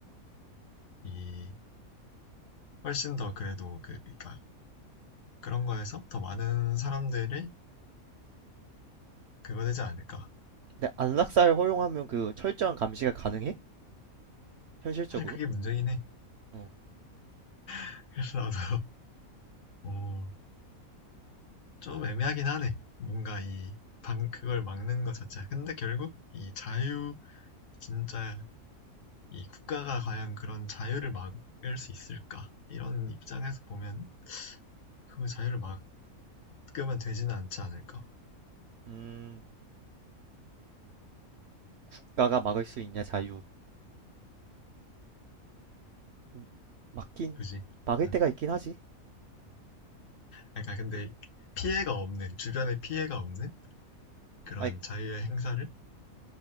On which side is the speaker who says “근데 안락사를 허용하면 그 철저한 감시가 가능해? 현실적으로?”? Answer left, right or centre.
Right